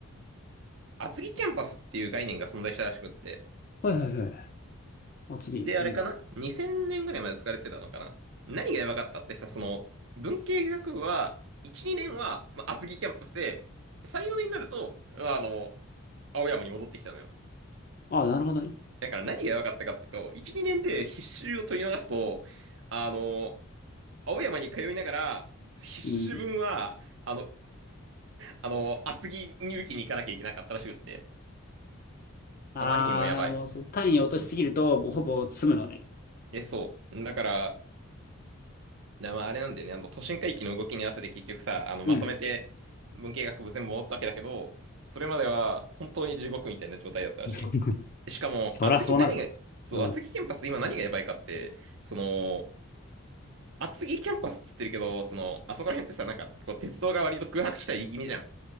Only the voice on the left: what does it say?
はいはいはい。あ、次、
うん。
あ、なるほどね。
うん。
ああ、
もうそう単位を落としすぎると、
もうほぼ詰むのね。
うん。
<laughs>
そらそうなるわ。
うん。